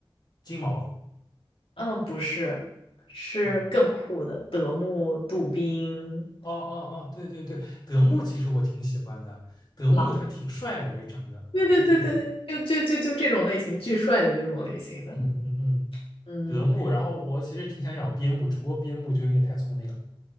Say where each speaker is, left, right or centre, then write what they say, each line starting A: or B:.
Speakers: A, on the left (about 50°); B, on the left (about 85°).
A: 金毛。
B: 嗯，不是，是更酷的德牧、
A: 嗯
B: 杜宾、
A: 哦哦哦，对对对，德牧其实我挺喜欢的，德牧它挺帅的，
B: 狼。
A: 就长得英俊。
B: 对对对对对，就就就就这种类型，巨帅的这种类型的。
A: 嗯嗯嗯，
B: 嗯
A: 德牧。然后我其实挺想养边牧，只不过边牧就有点太聪明了。